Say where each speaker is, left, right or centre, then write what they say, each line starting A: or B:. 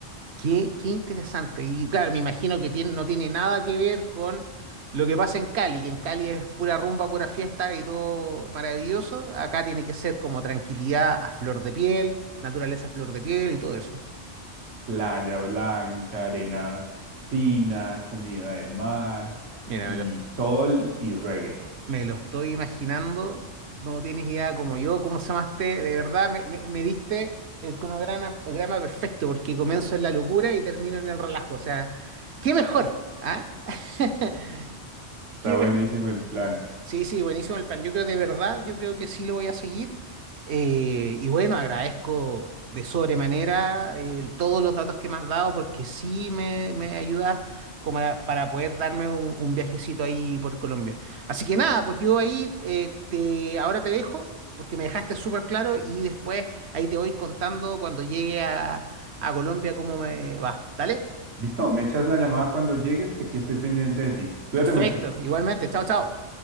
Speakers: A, on the right (about 65°); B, on the right (about 80°).
A: Qué, qué interesante. Y claro, me imagino que tiene- no tiene nada que ver con lo que pasa en Cali, que en Cali es pura rumba, pura fiesta y todo maravilloso. Acá tiene que ser como tranquilidad a flor de piel, naturaleza a flor de piel y todo eso.
B: Playa blanca, arena fina, comida de mar
A: Mira,
B: y
A: me lo,
B: sol y reggae.
A: me lo estoy imaginando. No tienes idea como yo, cómo se llamaste. De verdad, me, me- me diste el cronograma cronograma perfecto, porque comienzo en la locura y termino en el relajo. O sea, qué mejor, ¿ah? <laughs>
B: Está
A: ¿Qué
B: buenísimo
A: mejor?
B: el plan.
A: Sí, sí, buenísimo el plan. Yo creo de verdad, yo creo que sí lo voy a seguir. Eh, y bueno, agradezco de sobremanera eh, todos los datos que me has dado porque sí me, me ayudas como a- para poder darme un, un viajecito ahí por Colombia. Así que nada, pues yo ahí eh, te, ahora te dejo porque me dejaste súper claro y después ahí te voy contando cuando llegue a, a Colombia cómo me va. ¿Dale?
B: Listo, me echas la llamada cuando llegues, que aquí estoy pendiente de ti. Cuídate
A: Perfecto,
B: mucho.
A: igualmente. Chao, chao.